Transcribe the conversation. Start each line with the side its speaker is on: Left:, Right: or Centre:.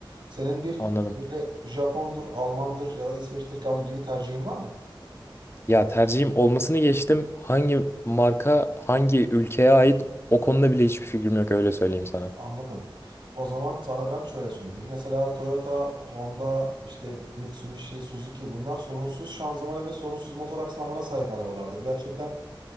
Right: Senin bir
Left: Anladım.
Right: böyle Japondur, Almandır ya da İsveç'tir gibi tercihin var mı?
Left: Ya tercihim olmasını geçtim. Hangi marka, hangi ülkeye ait o konuda bile hiçbir fikrim yok öyle söyleyeyim sana.
Right: Anladım. O zaman sana ben şöyle söyleyeyim. Mesela Toyota, Honda, işte Mitsubishi, Suzuki bunlar sorunsuz şanzımana ve sorunsuz motor aksamına sahip arabalardır. Gerçekten